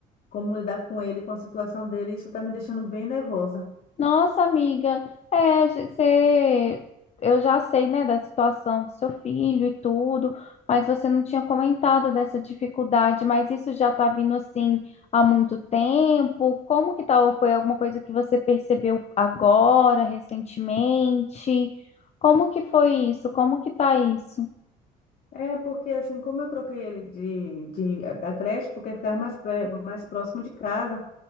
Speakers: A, on the left (about 60°); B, on the left (about 40°).
A: como lidar com ele, com a situação dele. Isso está me deixando bem nervosa.
B: Nossa, amiga, é, você, eu já sei, né, da situação do seu filho e tudo, mas você não tinha comentado dessa dificuldade, mas isso já tá vindo assim há muito tempo. Como que tá? Ou foi alguma coisa que você percebeu agora, recentemente? Como que foi isso? Como que tá isso?
A: É porque assim, como eu troquei ele de, de, da creche, porque ficava mais, pré- mais próximo de casa.